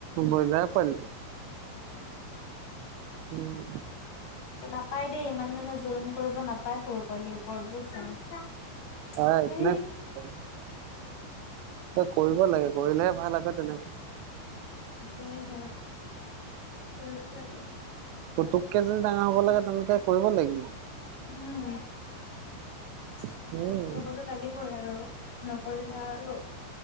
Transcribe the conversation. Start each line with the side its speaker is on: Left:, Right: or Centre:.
Right: ব্ৰইলাৰ পোৱালিটো উম
Left: নাপায় দেই ইমান মানে জুলম কৰিব নাপায় সৰু পোৱালি। বৰ বৈছা,
Right: তাৰ
Left: সেই
Right: একো নাই কৰিব লাগে কৰিলে ভাল আ তেনেকে।
Left: একেইহে, কৰিব লাগে।
Right: পুতুক কে যদি ডাঙৰ হব লাগে তেনেকে কৰিব লাগিব।
Left: উম। কৰিববতো
Right: উম
Left: লাগিবই আৰু নকৰিলে আৰু